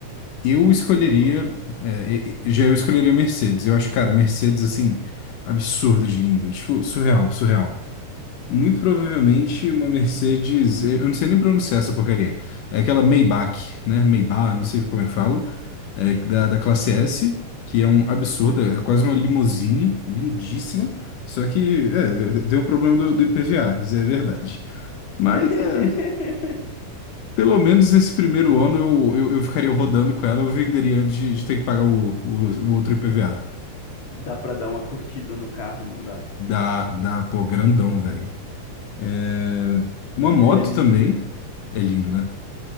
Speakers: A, on the left (about 75°); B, on the left (about 40°).
A: eu
B: Sim,
A: escolheria,
B: escolher Porsche.
A: é, e- e- já eu escolheria Mercedes. Eu acho, cara, Mercedes assim absurdo de lindo, tipo, surreal, surreal. Muito provavelmente uma Mercedes, eu não sei nem pronunciar essa porcaria. É aquela Maybach, né? Maybach, não sei como é que falo, é da, da classe S, que é um absurdo, é quase uma limousine, lindíssima. Só que é, deu um problema do, do IPVA, isso é verdade. Mas
B: <laughs>
A: é. Pelo menos esse primeiro ano eu, eu, eu ficaria rodando com ela, eu venderia antes de, de ter que pagar o, o, o outro IPVA.
B: Dá pra dar uma curtida no carro, não dá?
A: Dá, dá, pô, grandão, velho. É, Uma moto
B: E ele é lindo
A: também.
B: mesmo.
A: É lindo, né?